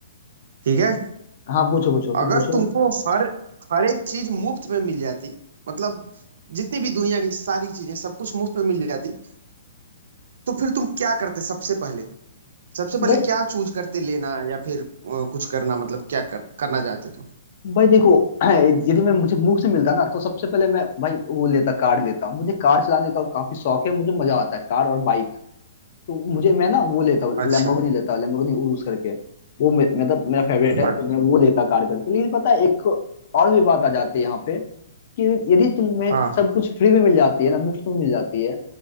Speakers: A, on the right; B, on the left.
A: ठीक है
B: हाँ पूछो पूछो तुम
A: अगर
B: पूछो
A: तुमको
B: अभी
A: हर हर एक चीज मुफ्त में मिल जाती मतलब जितनी भी दुनिया की सारी चीजें सब कुछ मुफ्त में मिल जाती तो फिर तुम क्या करते सबसे पहले सबसे
B: भाई
A: पहले क्या चूज करते लेना या फिर अ, कुछ करना मतलब क्या कर, करना चाहते तुम
B: भाई देखो <clears throat> यदि मैं मुझे मुफ्त से मिलता ना तो सबसे पहले मैं भाई वो लेता कार लेता मुझे कार चलाने का काफी शौक है मुझे मजा आता है कार और तो मुझे मैं ना वो लेता
A: अच्छा
B: लैम्बोर्गिनी लेता लैम्बोर्गिनी उरुस करके वो मे- मतलब मेरा फेवरेट है
A: अच्छा
B: तो मैं वो लेता कार करके लेकिन पता है एक और भी बात आ जाती है यहाँ पे कि यदि तुम्हें
A: हाँ
B: सब कुछ फ्री में मिल जाती है ना मुफ्त में मिल जाती है